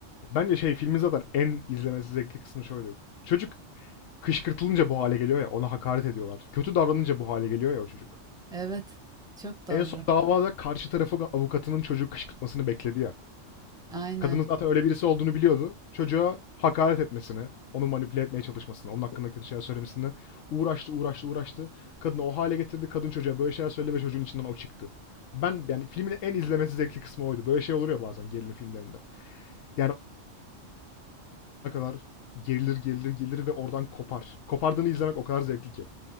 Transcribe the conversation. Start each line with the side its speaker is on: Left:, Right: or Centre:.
Left: Bence şey filmin zaten en izlemesi zevkli kısmı şöyle. Çocuk kışkırtılınca bu hale geliyor ya ona hakaret ediyorlar. Kötü davranınca bu hale geliyor ya o çocuk.
Centre: Evet, çok doğru.
Left: En son davada karşı tarafı avukatının çocuğu kışkırtmasını bekledi ya.
Centre: Aynen.
Left: Kadının zaten öyle birisi olduğunu biliyordu. Çocuğa hakaret etmesini, onu manipüle etmeye çalışmasını, onun hakkında kötü şeyler söylemesini uğraştı, uğraştı, uğraştı. Kadını o hale getirdi. Kadın çocuğa böyle şeyler söyledi ve çocuğun içinden o çıktı. Ben yani filmin en izlemesi zevkli kısmı oydu. Böyle şey olur ya bazen gerilim filmlerinde. Yani o kadar gerilir, gerilir, gerilir ve oradan kopar. Kopardığını izlemek o kadar zevkli ki.